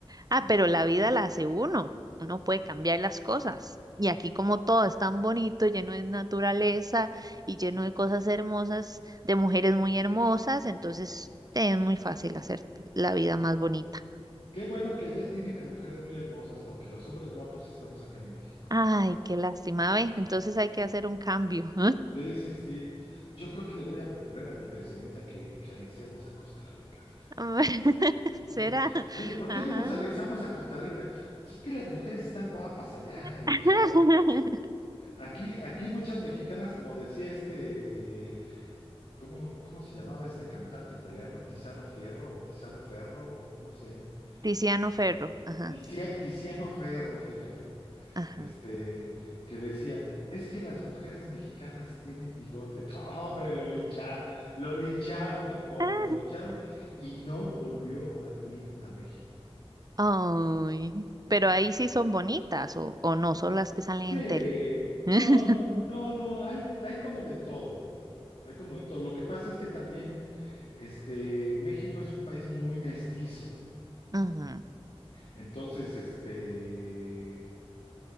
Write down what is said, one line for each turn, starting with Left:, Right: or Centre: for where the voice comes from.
Right: Ah, pero la vida la hace uno. Uno puede cambiar las cosas. Y aquí como todo es tan bonito, lleno de naturaleza y lleno de cosas hermosas, de mujeres muy hermosas, entonces eh, es muy fácil hacer la vida más bonita.
Left: Qué bueno que allá tienen a mujeres muy hermosas, porque los hombres guapos estamos acá en México.
Right: Ay, qué lástima, ve. Entonces hay que hacer un cambio.
Left: Sí, sí, sí. Yo creo que le voy a proponer a mi presidenta que, que anexemos a Costa Rica, fíjate.
Right: <laughs>
Left: Eh,
Right: Será.
Left: Oye, oye, ¿por
Right: Ajá.
Left: qué no nos anexamos a Costa Rica? Pues es que las mujeres están guapas allá,
Right: <laughs>
Left: o sea, aquí, aquí muchas mexicanas, como decía este, ¿cómo, cómo se llamaba este cantante italiano? Tiziano Fierro o Tiziano Ferro, no sé,
Right: Tiziano
Left: este,
Right: Ferro. Ajá,
Left: Tizian- Tiziano Ferro, fíjate,
Right: ajá.
Left: este, que decía, es que las mujeres mexicanas tienen bigote. <laughs> No, hombre, lo lincharon, lo lincharon al pobre,
Right: <laughs>
Left: lo lincharon y no volvió a venir a México.
Right: Ay, pero ahí sí son bonitas o, o no, son las que salen
Left: Sí,
Right: en tele. <laughs>
Left: no, no, no, no, hay, hay como de todo, hay como de todo. Lo que pasa es que también, este, México es un país muy mestizo,
Right: Ujú,
Left: entonces, este,